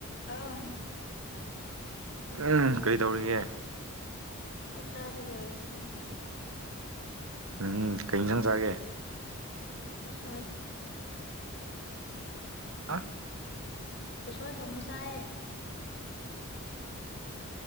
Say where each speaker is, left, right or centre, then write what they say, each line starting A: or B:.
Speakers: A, on the left; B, on the right.
A: ꯑꯥꯎ
B: ꯎꯝ ꯀꯩꯗꯧꯔꯤꯒꯦ꯫
A: ꯆꯥꯛ ꯆꯥꯕ ꯂꯣꯏꯣ ꯐꯝ ꯂꯣꯏꯣ
B: ꯎꯝ ꯀꯩ ꯏꯁꯪ ꯆꯥꯒꯦ꯫
A: ꯎꯁꯣꯏ꯫
B: ꯍꯥ꯫
A: ꯎꯁꯣꯏ ꯊꯣꯡꯕ ꯆꯥꯏꯌꯦ꯫